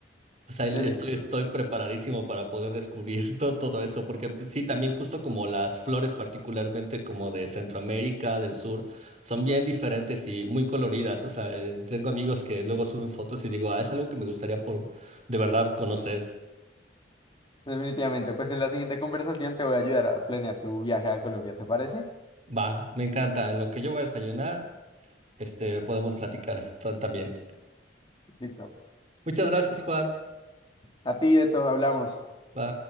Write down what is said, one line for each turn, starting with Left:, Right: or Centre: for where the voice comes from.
Right: O sea, el-
Left: Defi-
Right: estoy, estoy preparadísimo para poder descubrir <laughs> todo, todo eso, porque sí, también justo como las flores, particularmente como de Centroamérica, del sur, son bien diferentes y muy coloridas. O sea, eh, tengo amigos que luego suben fotos y digo, ah, es algo que me gustaría por de verdad conocer.
Left: definitivamente. Pues en la siguiente conversación te voy a ayudar a planear tu viaje a Colombia, ¿te parece?
Right: Va, me encanta. En lo que yo voy a desayunar. este, podemos platicar esto también.
Left: Listo.
Right: Muchas gracias, Juan.
Left: A ti de todo hablamos.
Right: Va.